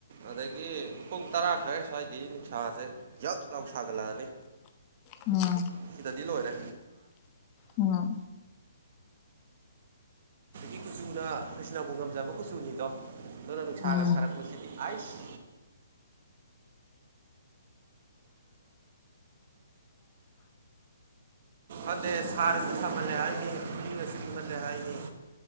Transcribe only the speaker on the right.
ꯑꯗꯒꯤ ꯄꯨꯡ ꯇꯔꯥ ꯈꯔ ꯁ꯭ꯋꯥꯏꯒꯤ ꯅꯨꯡꯁꯥꯁꯦ ꯌꯥꯛ ꯁꯥꯒꯠꯂꯛꯑꯅꯤ
ꯁꯤꯗꯗꯤ ꯂꯣꯏꯔꯦꯥꯒ
ꯑꯩ ꯀꯨꯆꯨꯅ ꯀ꯭ꯔꯤꯁꯅꯕꯨ ꯉꯝꯖꯕ ꯀꯨꯆꯨꯅꯤꯗꯣ ꯑꯗꯨꯅ ꯅꯨꯡꯁꯥꯒ
ꯁꯥꯔꯛꯄꯁꯤꯗꯤ ꯑꯁ ꯑꯗꯨꯗ ꯁꯔꯁꯁ ꯃꯂꯦ ꯍꯥꯏꯏꯌꯦ ꯀꯁꯤꯒꯤ ꯃꯂꯦ ꯍꯥꯏꯏꯅꯤ